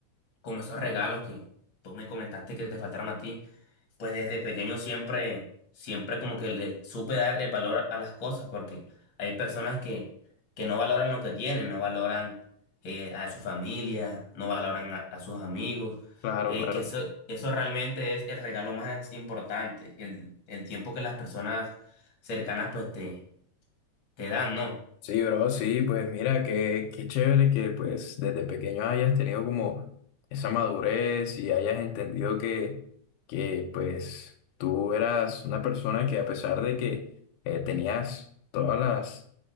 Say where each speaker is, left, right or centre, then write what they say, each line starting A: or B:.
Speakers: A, on the left (about 40°); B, on the left (about 85°).
A: como esos regalos que tú me comentaste que te faltaron a ti, pues desde pequeño siempre, siempre como que le supe dar el valor a las cosas, porque hay personas que, que no valoran lo que tienen, no valoran eh, a su familia, no valoran a, a sus amigos,
B: Claro,
A: eh,
B: claro.
A: que eso, eso realmente es el regalo más importante, el, el tiempo que las personas cercanas pues te, te dan, ¿no?
B: Sí, bro, sí, pues mira, qué, qué chévere que pues desde pequeño hayas tenido como esa madurez y hayas entendido que, que pues tú eras una persona que a pesar de que eh, tenías todas las